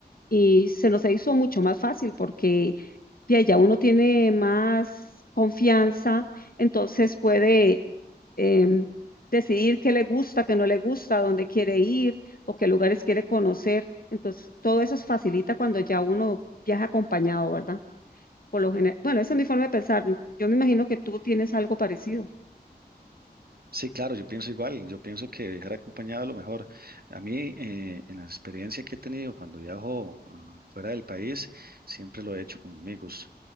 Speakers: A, on the left; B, on the right.
A: y se nos hizo mucho más fácil porque ya, ya uno tiene más confianza, entonces puede em, decidir qué le gusta, qué no le gusta, dónde quiere ir o qué lugares quiere conocer. Entonces, todo eso se facilita cuando ya uno viaja acompañado, ¿verdad? Por lo general, bueno, esa es mi forma de pensar. Yo me imagino que tú tienes algo parecido.
B: Sí, claro, yo pienso igual, yo pienso que viajar acompañado es lo mejor. A mí, eh, en la experiencia que he tenido cuando viajo ah, fuera del país, siempre lo he hecho con amigos.